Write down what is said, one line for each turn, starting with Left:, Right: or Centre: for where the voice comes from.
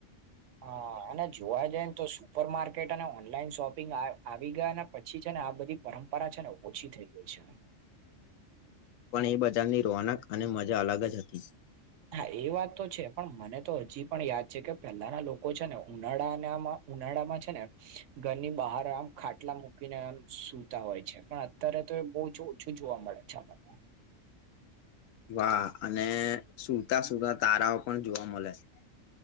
Right: હા અને જોવા જાય ને તો સુપર માર્કેટ અને ઓનલાઈન શોપિંગ આવી ગયા અને પછી છે ને આ બધી પરંપરા છે ને ઓછી થઈ ગઈ છે
Left: પણ એ બજારની રોનક અને મજા અલગ જ હતી
Right: હા એ વાત તો છે પણ મને તો હજી પણ યાદ છે કે પહેલાના લોકો છે ને ઉનાળાનામાં ઉનાળામાં છે ને ઘરની બહાર આમ ખાટલા મૂકીને એમ સૂતા હોય છે પણ અત્યારે તો એ બહુ જ ઓછું જોવા મળે છે આપણને
Left: વાહ અને સુતા સુતા તારાઓ પણ જોવા મળે છે